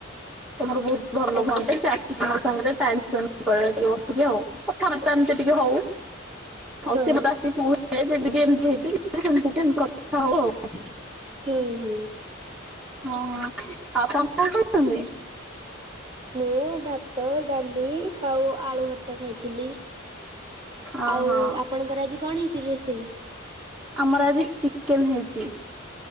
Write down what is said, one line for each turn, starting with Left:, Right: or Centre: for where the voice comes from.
Centre: ତମର ବହୁତ ଭରଲୋକଅଟେ
Right: ଆଜ୍ଞା
Centre: ଚାକି ମୋ ସାଙ୍ଗରେ ଟାଇମ୍ ସ୍ପ୍ରେ ଟିକେ ବସିକି ଆଉ କଥା ବାର୍ତ୍ତୀଟିକେ ହଉ। ଆଉ
Right: ହଁ
Centre: ସେ ବାସ କହୁ ସେମତିମତି ହେଇଛି ସେମତି ହେଇଛି କଥା ହଉ ଆଉ
Right: ହୁଁ ହୁଁ।
Centre: ହଁ ଆପଣ କଣ କରୁଛନ୍ତି?
Right: ମୁଁ ଭାତ ଡାଲି ଆଉ ଆଳୁ ଭର୍ତ୍ତା ଖାଇଥିଲି।
Centre: ଓହୋ
Right: ଆଉ ଆପଣଙ୍କର ଆଜି କଣ ହେଇଛି ରୋଷେଇ?
Centre: ଆମର ଆଜି ଚିକେନ ହେଇଛି।